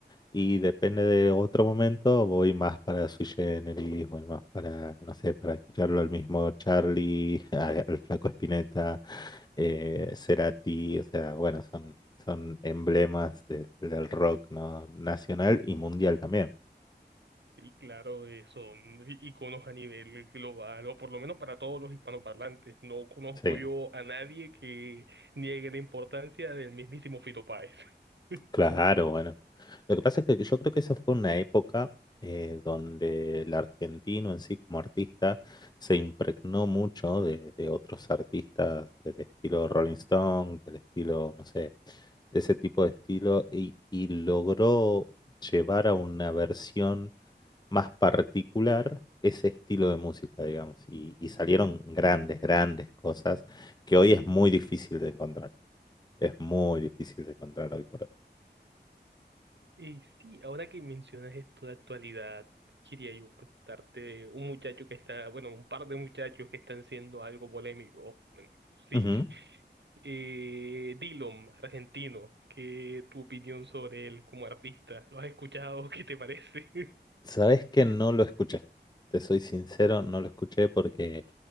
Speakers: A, on the left; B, on the right.
A: Y depende de otro momento, voy más para Sui Generis, voy más para, no sé, para escucharlo al mismo Charlie, <laughs> a- al Flaco Spinetta, eh, Cerati, o sea, bueno, son, son emblemas de- del rock, ¿no? Nacional y mundial también.
B: Sí, claro, eh, son i- iconos a nivel global, o por lo menos para todos los hispanoparlantes. No conozco
A: Sí.
B: yo a nadie que niegue la importancia del mismísimo Fito Páez. <laughs>
A: Claro, bueno. Lo que pasa es que yo creo que esa fue una época eh, donde el argentino en sí como artista se impregnó mucho de, de otros artistas del estilo Rolling Stone, del estilo, no sé, de ese tipo de estilo y, y logró llevar a una versión más particular ese estilo de música, digamos, y, y salieron grandes, grandes cosas que hoy es muy difícil de encontrar. Es muy difícil de encontrar hoy por
B: Y sí, ahora que mencionas esto de actualidad, quería yo preguntarte un muchacho que está, bueno, un par de muchachos que están siendo algo polémico. Bueno, sí,
A: hoy.
B: <laughs> eh, Dillom, argentino, ¿qué tu opinión sobre él como artista? ¿Lo has escuchado? <laughs> ¿Qué te parece?
A: Sabes que no lo escuché. Te soy sincero, no lo escuché porque